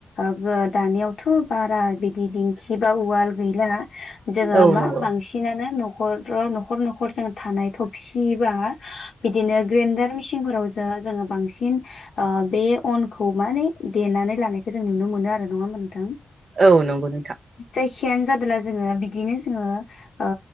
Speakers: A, on the left; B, on the right.
A: ओ दानियावथ' बारा बिदि दिंखि बा उवाल गैला जोङो
B: औ
A: मा
B: नंगौ
A: बांसिन बांसिनानो न'खराव न'खर न'खर जों थानाय थबसि बा बिदिनो ग्रेनडार मिसिंफोराव जोङो जोङो बांसिन ओ बे अनखौ माने देनानै लानायखौ जों नुनो मोनो आरो। नङा होमबा नोंथा?
B: औ नंगौ नोंथां।
A: जायखियानो जादोला जोङो बिदिनो जोङो ओ